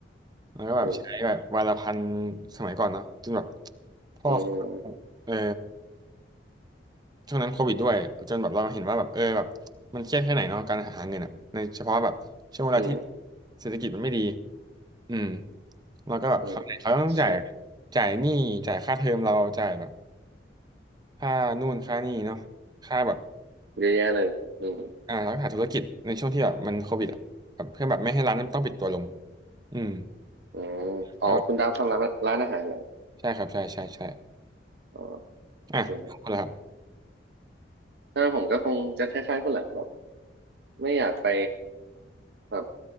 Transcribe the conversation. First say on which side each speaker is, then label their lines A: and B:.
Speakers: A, on the right (about 25°); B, on the right (about 65°).
A: มันก็แบบใช้แบบวันละพัน
B: อืม
A: สมัยก่อนเนาะจนแบบพ่อ
B: อืม
A: เออช่วงนั้นโควิดด้วยจนแบบเราเห็นว่าแบบเออแบบมันเครียดแค่ไหนเนาะการหาเงินอ่ะในเฉพาะแบบช่วงเวลาที่
B: อืมอืม
A: เศรษฐกิจมันไม่ดีอืมเราก็แบบเขาวไหนเขาต้องจ่าย
B: อืมใช่
A: จ่ายหนี้จ่ายค่าเทอมเราจ่ายแบบค่านู่นค่านี่เนาะค่าแบบ
B: เยอะแยะเลยอืม
A: อ่าร้านขายธุรกิจในช่วงที่แบบมันโควิดอ่ะแบบเพื่อแบบไม่ให้ร้านนั้นต้องปิดตัวลงอืม
B: อืมอ๋อคุณดาวทำร้านร้านอาหารอะไร
A: ไม่ไหวใช่ครับใช่ใช่ใช่
B: อ๋อโอเคครับ
A: อ่ะขอบคุณครับ
B: ถ้าผมก็คงจะคล้ายๆคนแหละแบบ ไม่อยากไปแบบ